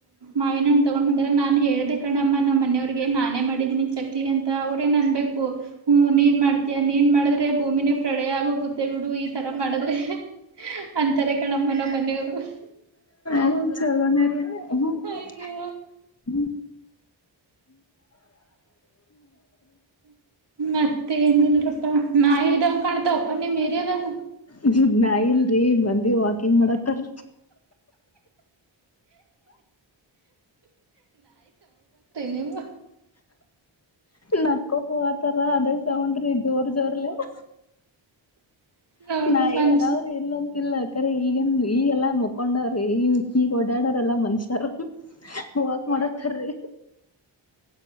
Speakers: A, on the right; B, on the left.
A: ಮಾವಿನ.. <inaudible> ತಗೊಂಡ್ ಬಂದ್ರ ನಾನ್ ಹೇಳ್ದ ಕಣಮ್ಮ ನಾ ಮನೆಯವ್ರಿಗೆ ನಾನೇ ಮಾಡಿದೀನಿ ಚಕ್ಲಿ ಅಂತ ಅವರೇ ನನ್ಬೇಕು ಹ್ಮ್ ನೀನ್ ಮಾಡ್ತಯ ನೀನ್ ಮಾಡಿದ್ರೆ ಭೂಮಿನೇ ಪ್ರಳಯ ಆಗೋಗುತ್ತೆ ಬಿಡು ಈತರ ಮಾಡಿದ್ರೆ... <unintelligible> ಅಂತಾರೆ ಕಣಮ್ಮನ ಮನೆಯವರು.. <inaudible>
B: ಹ್ಞ ಚಲೋನ ರೀ. ಹ.. <inaudible>
A: ಅಯ್ಯೋ ಮತ್ತೆ ಏನಲ್ರಪ್ಪ ನ.. <inaudible> ಮದ ಕಣ ತಪ್ಪ ನೀ ಮೇರೆದ.. <inaudible>
B: ್ ನಾ ಇಲ್ರಿ ಮತ್.. <inaudible> ವಾಕಿಂಗ್ ಮಾಡತ.. <inaudible>
A: ನಿ್. <inaudible>
B: ನಕ್ಕೋ ಹೋಗತಾರ ಅದೇ ತಗೊಂಡ್ರಿ ಜೋರ್ ಜೋರ್ಲಿ. <inaudible>
A: ನೋಡ್ರಿ
B: ನಾೇ
A: ಮನ್ಷಿ
B: ಅದಾವ್ರರು ಇಲ್ಲಂತಿಲ್ಲಖರೆ ಈಗಂದು ಈಗೆಲ್ಲ ಮ.. <inaudible> ಹಕೊಂಡವ್ರಿ ಈ ಈಗ ಓಡಾಡ್ರಲ್ಲಾ ಮನುಷ್ಯರ್. ವಾಕ್ ಮಾಡತಾರೀ